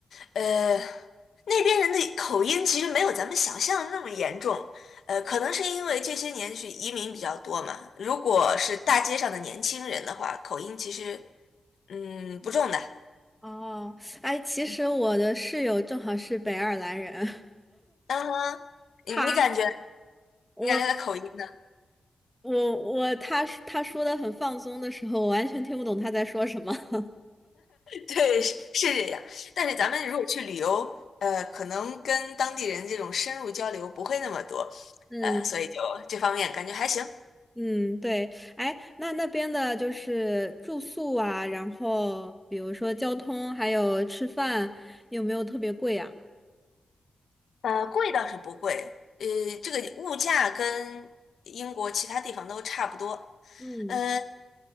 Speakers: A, on the left; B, in the centre.
A: 呃，那边人的口音其实没有咱们想象的那么严重，呃，可能是因为这些年就是移民比较多嘛。如果是大街上的年轻人的话，口音其实嗯不重的。
B: 哦，哎，其实我的室友正好是北爱尔兰人，
A: 嗯哼，
B: <laughs>
A: 你你感觉
B: 他，我，
A: 你感觉他的口音呢？
B: 我，我，他他说的很放松的时候，我完全听不懂他在说什么。<laughs>
A: 对，是是这样。但是咱们如果去旅游，呃，可能跟当地人这种深入交流不会那么多，
B: 嗯。
A: 呃，所以就这方面感觉还行。
B: 嗯，对，哎，那那边的就是住宿啊，然后比如说交通，还有吃饭，有没有特别贵啊？
A: 呃，贵倒是不贵，呃，这个物价跟英国其他地方都差不多，
B: 嗯，
A: 呃，